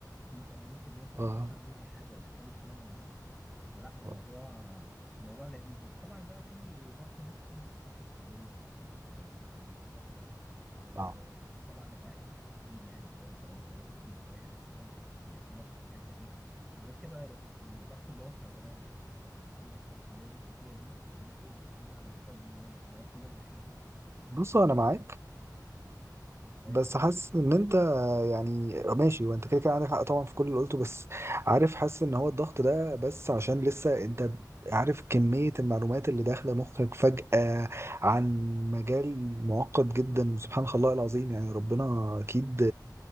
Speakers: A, in the centre; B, on the right (about 35°).
A: في 80% انت ما
B: اه
A: تعرفش عنهم اي حاجه وبيحصلوا ازاي ما نعرفش فلا الموضوع
B: اه
A: الموضوع لذيذ بس طبعا بقى في ضغط نفسي بتحطه الكليه والمدرس- والدكاتره وطبعا
B: آه.
A: الاهل اكيد يعني لو انت لو درجاتك قلت او اي حاجه طبعا بيبقى في ضغط في الحته دي وغير كده في- الضغط اللي هو بتاع زمايلك يعني انت المفروض انت الكليه اللي انت فيها دي هي اول 500 على مستوى الجمهوريه فالعيال كلهم دحيحه
B: بصوا
A: مش زي
B: انا معاك
A: مثلا لا
B: بس
A: يتفضل
B: حاسس ان انت يعني ماشي وانت كده كده عندك حق طبعا في كل اللي قلته بس عارف حاسس ان هو الضغط ده بس عشان لسه انت عارف كمية المعلومات اللي داخلة مخك فجأة عن مجال معقد جدا سبحان الله العظيم يعني ربنا
A: <laughs>
B: أكيد